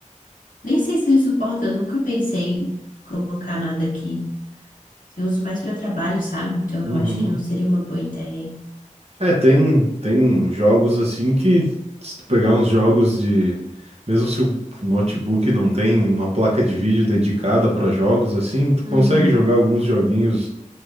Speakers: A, on the left; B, on the right.
A: Nem sei se ele suporta, eu nunca pensei em colocar nada aqui. Eu uso mais para trabalho, sabe? Então
B: uhum.
A: eu acho que não seria uma boa ideia.
B: É, tem, tem jogos assim que, se tu pegar uns jogos de. Mesmo se o notebook não tem uma placa de vídeo dedicada para jogos assim, tu
A: Uhum,
B: consegue jogar alguns joguinhos